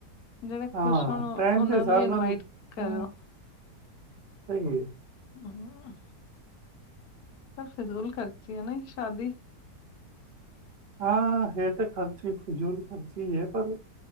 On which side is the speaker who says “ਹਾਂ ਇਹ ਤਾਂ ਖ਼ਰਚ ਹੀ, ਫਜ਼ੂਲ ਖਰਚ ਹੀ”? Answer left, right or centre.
Right